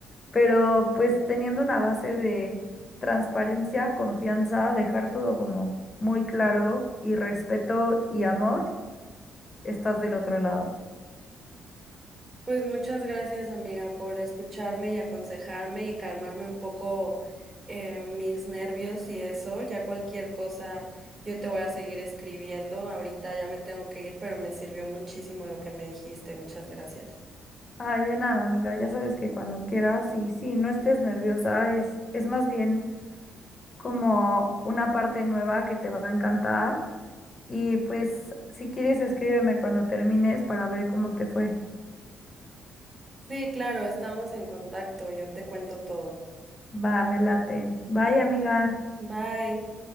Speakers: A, on the left (about 35°); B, on the right (about 30°).
A: Pero pues teniendo una base de transparencia, confianza, dejar todo como muy claro y respeto y amor, estás del otro lado.
B: Pues muchas gracias, amiga, por escucharme y aconsejarme y calmarme un poco eh, mis nervios y eso. Ya cualquier cosa, yo te voy a seguir escribiendo. Ahorita ya me tengo que ir, pero me sirvió muchísimo lo que me dijiste. Muchas gracias.
A: Ay, de nada, amiga. Ya sabes que cuando quieras y sí, no estés nerviosa, es, es más bien como una parte nueva que te va a encantar. Y pues, si quieres, escríbeme cuando termines para ver cómo te fue.
B: Sí, claro, estamos en contacto, yo te cuento todo.
A: Va, me late. Bye, amiga.
B: Bye.